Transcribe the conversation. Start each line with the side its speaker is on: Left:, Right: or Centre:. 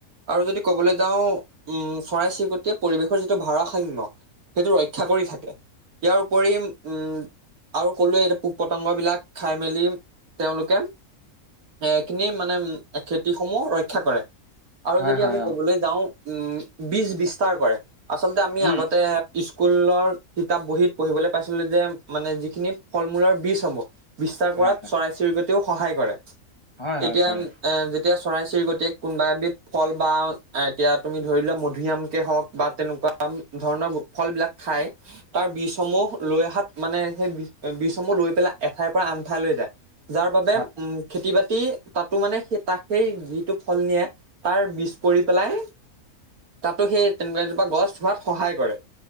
Right: আৰু যদি ক'বলৈ যাওঁ উম চৰাই চিৰিকটিয়ে পৰিৱেশৰ যিটো ভাৰাসাম্য সেইটো ৰক্ষা কৰি থাকে, ইয়াৰপৰি উম, আৰু ক'লোৱে এই পোক পতংগবিলাক খাই মেলি তেওঁলোকে এ খিনি মানে, খেতি সমূহ ৰক্ষা কৰে আৰু
Left: হয়
Right: যদি
Left: হয়
Right: আমি ক'বলৈ
Left: অ
Right: যাওঁ উম বীজ বিস্তাৰ কৰে, আচলতে আমি
Left: উম
Right: আগতে স্কুলৰ কিতাপ বহীত পঢ়িবলৈ পাইছিলো যে, মানে যিখিনি ফল মূলৰ বীজ হ'ব বিস্তাৰ কৰাত
Left: হয় হয়
Right: চৰাই চিৰিকটিও সহায় কৰে
Left: হয় হয়
Right: এতিয়া
Left: কৰে
Right: এ এতিয়া চৰাই চিৰিকটিয়ে কোনোবা এবিধ ফল বা এতিয়া তুমি ধৰি লোৱা মধুৰিআমকে হওঁক বা তেনেকুৱা ধৰণৰ ফলবিলাক খায় তাৰ বীজসমূহ লৈ অহাত মানে সেই বীজসমূহ লৈ পেলাই, এঠাইৰ পৰা আন ঠাই লৈ যায়। যাৰ বাবে
Left: হয়
Right: উম খেতি বাতি তাতো মানে সেই তাক সেই যিটো ফল নিয়ে তাৰ বীজ পৰি পেলাই তাতো সেই তেনেকুৱা এজোপা গছ হোৱাত সহায় কৰে।